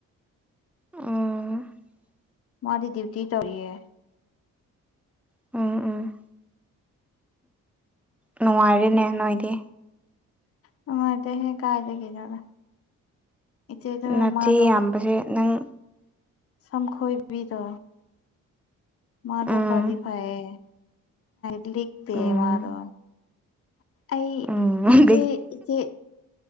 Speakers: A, in the centre; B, on the left (about 45°).
A: ꯑ
B: ꯃꯥꯗꯤ ꯗ꯭ꯌꯨꯇꯤ ꯇꯧꯔꯤꯌꯦ
A: ꯎꯝ ꯎꯝ ꯅꯉꯔꯦꯅꯦ ꯅꯣꯏꯗꯤ
B: ꯃꯥꯥꯏ ꯇ ꯍꯦ ꯀꯥꯏꯗꯒꯅꯔ ꯏꯆꯣꯏꯗ
A: ꯅꯆꯦ
B: ꯃꯥꯗ
A: ꯌꯥꯝꯕꯁꯦ ꯅꯪ
B: ꯁꯝꯈꯣꯏꯕꯤꯗꯣ ꯃꯥꯗꯨ
A: ꯎꯝ
B: ꯐꯗꯤ ꯐꯑꯌꯦ ꯏꯂꯤ
A: ꯎꯝ
B: ꯃꯥꯔ ꯑꯩ
A: ꯎꯝ
B: ꯏꯆꯦ ꯏꯆꯦ